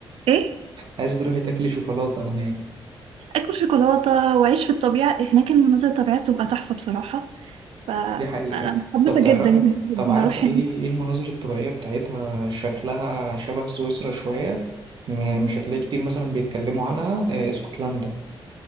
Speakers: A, on the right; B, on the right.
A: ايه
B: عايز تروحي تاكلي شوكولاتة هناك
A: اكل شوكولاته واعيش في الطبيعه هناك المناظر الطبيعيه بتبقى تحفه بصراحه فانا
B: دي حقيقة
A: متحمسه
B: طب تعرفي
A: جدا جدا جدا
B: طب عارفة
A: اروح
B: إيه
A: هناك
B: إيه المناظر الطبيعية بتاعتها شكلها شبه سويسرا شوية م- مش هتلاقي كتير مثلا بيتكلموا عنها آه، اسكتلندا